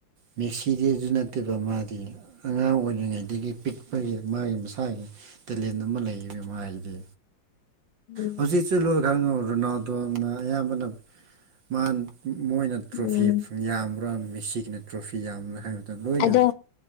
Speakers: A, on the right (about 65°); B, on the left (about 80°).
A: ꯃꯦꯁꯤꯗꯤ ꯑꯗꯨ ꯅꯠꯇꯦꯕ ꯃꯥꯗꯤ ꯑꯉꯥꯡ ꯑꯣꯏꯔꯤꯉꯩꯗꯒꯤ ꯄꯤꯛꯄꯒꯤ ꯃꯥꯒꯤ ꯃꯁꯥꯒꯤ ꯇꯦꯂꯦꯟ ꯑꯃ ꯂꯩꯌꯦ ꯃꯥꯏꯗꯤ
B: ꯎꯝ
A: ꯍꯧꯖꯤꯛꯁꯨ ꯂꯣꯏ <unintelligible> ꯔꯣꯅꯥꯜꯗꯣꯅ ꯑꯌꯥꯝꯕꯅꯞ ꯃꯥꯅ ꯃꯣꯏꯅ ꯇ꯭ꯔꯣꯐꯤ
B: ꯎꯝ
A: ꯌꯥꯝꯕ꯭ꯔꯥ ꯃꯦꯁꯤꯒꯤꯅ ꯇ꯭ꯔꯣꯐꯤ ꯌꯥꯝ <unintelligible> ꯂꯣꯏꯅ
B: ꯑꯗꯣ